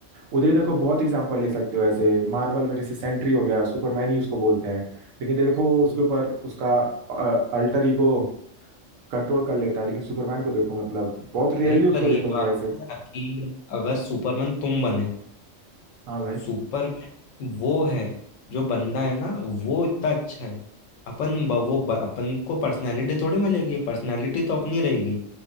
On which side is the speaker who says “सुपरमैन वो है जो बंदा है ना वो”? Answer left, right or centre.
Left